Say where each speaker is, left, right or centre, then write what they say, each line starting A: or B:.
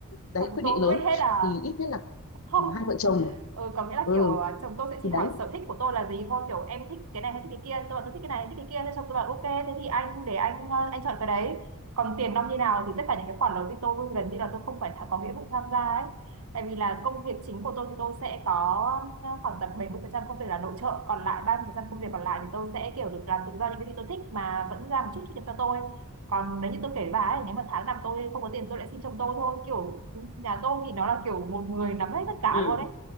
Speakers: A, on the left; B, on the right.
A: đấy
B: chồng
A: quyết
B: tôi
A: định lớn
B: quyết hết là
A: thì ít nhất là
B: không
A: mà hai vợ chồng
B: ừ, có nghĩa là
A: ừ
B: kiểu à, chồng tôi sẽ chỉ
A: thì đấy
B: hỏi sở thích của tôi là gì thôi kiểu em thích cái này hay thích cái kia tôi bảo tôi thích cái này thích cái kia thế chồng tôi bảo ok thế thì anh để anh ờ, anh chọn cái đấy còn tiền nong như nào thì tất cả những cái khoản đó thì tôi gần như là tôi không phải tha- có nghĩa vụ tham gia ấy tại vì là công việc chính của tôi thì tôi sẽ có ờ, khoảng tầm 70% công việc là nội trợ còn lại 30% công việc còn lại thì tôi sẽ kiểu được làm tự do những cái gì tôi thích mà vẫn ra một chút thu nhập cho tôi còn nếu như tôi kể với bà ấy nếu mà tháng nào tôi không có tiền tôi lại xin chồng tôi thôi kiểu ừ, nhà tôi thì nó là kiểu một người nắm hết tất cả
A: ừ
B: luôn ấy